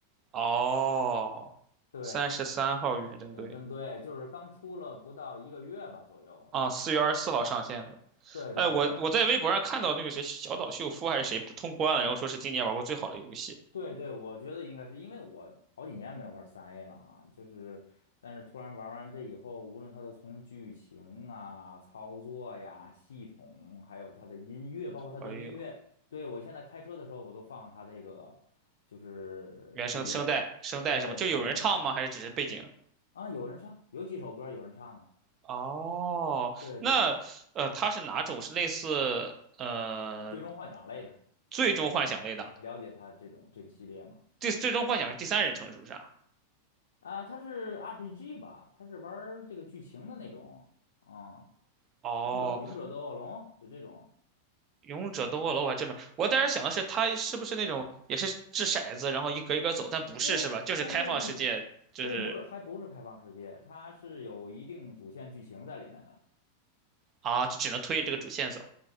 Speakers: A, on the right; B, on the left.
A: 哦，
B: 对，
A: 三十三号远征队
B: 远征队就是刚出了不到一个月吧左右。
A: 啊，四月二十四号上线的。
B: 对对对，
A: 哎，我我在微博上看到那个谁小岛秀夫还是谁不通关了，然后说是今年玩过最好的游戏。
B: 对对，我觉得应该是因为我好几年没有玩三 A 了啊，就是，但是突然玩完这以后，无论它的从剧情啊、操作呀、系统，还有它的音乐，包括它的音乐，
A: 哎呦，
B: 对，我现在开车的时候我都放它这个就是配乐，
A: 原声声带声带什么？
B: 对对对，
A: 就有人唱吗？还是只是背景？
B: 啊，有人唱，有几首歌有人唱的，
A: 哦，
B: 对对，
A: 那呃，它是哪种？是类似呃
B: 最终幻想类的，
A: 最终幻想类的？
B: 嗯你了解它这种这个系列吗？
A: 最最终幻想是第三人称是不是啊？
B: 啊，它是 RPG 吧？它是玩儿这个剧情的那种啊，
A: 哦，
B: 勇者勇者斗恶龙就这种。
A: 勇者斗恶龙我还真没，我当时想的是他是不是那种也是掷骰子，然后一格一格走，但不是是吧？
B: 不不不不不
A: 就是开放世界，就是
B: 不，不是，还不是开放世界，它是有一定主线剧情在里面的。
A: 啊，就只能推着这个主线走。